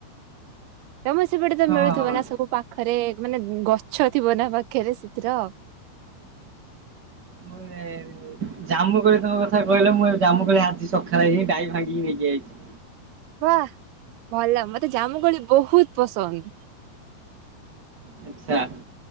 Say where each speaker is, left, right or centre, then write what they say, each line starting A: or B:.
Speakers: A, on the right; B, on the right.
A: ତମ ସେପଟେ ତ
B: ହଁ
A: ମିଳୁଥିବ
B: ହଁ।
A: ନା ସବୁ ପାଖରେ ମାନେ ଗଛ ଥିବ ନା ପାଖରେ ସେଥିର।
B: ମୁଁ ଜା <unintelligible> ଏ ଜାମୁ କୋଳି ତମ କଥା କହିଲ‌। ମୁଁ ଏବେ ଜାମୁ କୋଳି ଆଜି ସକାଳେ ଏଇ ଡାହି ଭାଙ୍ଗିକି ନେଇକି ଆଇଚି।
A: ବାଃ ଭଲ ମତେ ଜାମୁକୋଳି ବୋହୁତ ପସନ୍ଦ।
B: ଆଚ୍ଛା।